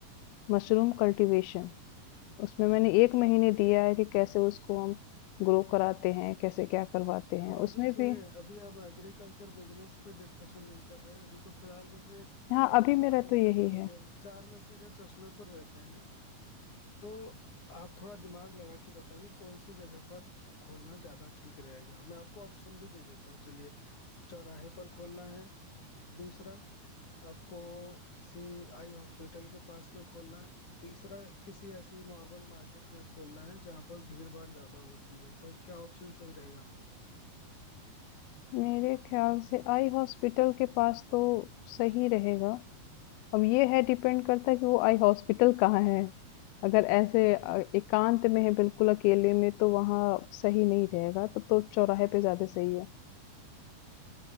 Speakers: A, on the left (about 90°); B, on the left (about 50°).
A: मशरूम कल्टीवेशन उसमें मैंने 1 महीने दिया है कि कैसे उसको हम ग्रो कराते हैं, कैसे क्या करवाते
B: तो
A: हैं।
B: अभी
A: उसमें
B: सुनिए
A: भी
B: अभी आप एग्रीकल्चर बिजनेस पे डिस्कशन नहीं कर रहे हैं अभी तो फिलहाल जैसे एक
A: हाँ,
B: अ,
A: अभी
B: चार
A: मेरा
B: डिस्कशन
A: तो यही
B: हो
A: है।
B: गया चार में से अगर चश्मे पर रहते हैं तो आप थोड़ा दिमाग लगा के बताइए कौन सी जगह पर खोलना ज्यादा ठीक रहेगा मैं आपको ऑप्शन भी दे देता हूँ चलिए चौराहे पर खोलना है दूसरा आपको किसी आई हॉस्पिटल के पास में खोलना है तीसरा किसी ऐसी नॉर्मल मार्केट में खोलना है जहां पर भीड़ भाड़ ज्यादा होती है तो क्या ऑप्शन सही रहेगा
A: मेरे ख्याल से आई हॉस्पिटल के पास तो सही रहेगा। अब ये है डिपेंड करता है कि वो आई हॉस्पिटल कहाँ है। अगर ऐसे अ, एकांत में है बिल्कुल अकेले में तो वहाँ सही नहीं रहेगा, तब तो चौराहे पे ज़्यादा सही है।